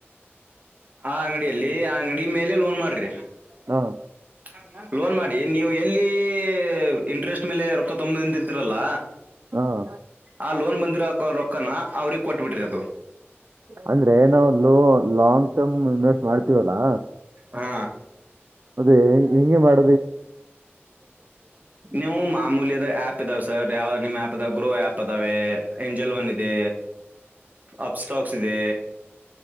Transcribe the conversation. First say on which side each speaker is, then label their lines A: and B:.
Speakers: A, on the right; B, on the right.
A: ಆ ಅಂಗಡಿಯಲ್ಲಿ ಅಂಗಡಿ ಮೇಲೆ ಲೋನ್ ಮಾಡ್ರಿ <inaudible>
B: ಹ
A: ಲೋನ್ ಮಾಡಿ ನೀವು ಎಲ್ಲಿ ಇಂಟ್ರೆಸ್ಟ್ ಮೇಲೆ ರೊಕ್ಕ ತೊಂಬಂದ ಇರ್ತೀರಲ್ಲ
B: ಹಾ
A: ಆ ಲೋನ್ ಬಂದಿರೋ ರೊಕ್ಕನ ಅವ್ರಿಗ್ ಕೊಟ್ಬಿಟ್ರಿ ಅದು
B: ಅಂದ್ರೆ ನಾವು ಲೋ ಲಾಂಗ್ ಟರ್ಮ್ ಇನ್ವೆಸ್ಟ್ ಮಾಡ್ತೀವಲ್ಲಾ
A: ಹಾ
B: ಅದೇ ಹೆಂಗೆ ಮಾಡ
A: ನೀವು ಮಾಮೂಲಿಯದ ಆಪ್ ಪ್ ಇದಾವೆ ಸರ್ ಯಾವ ನಿಮ್ಮ ಆಪ್ ಅ ಗ್ರೋ ಆಪ್ ಅದಾವೆ ಏಂಜೆಲ್ ಒನ್ ಇದೆ ಅಪಷಟಾಕ ಹೋಗಸಿದೆ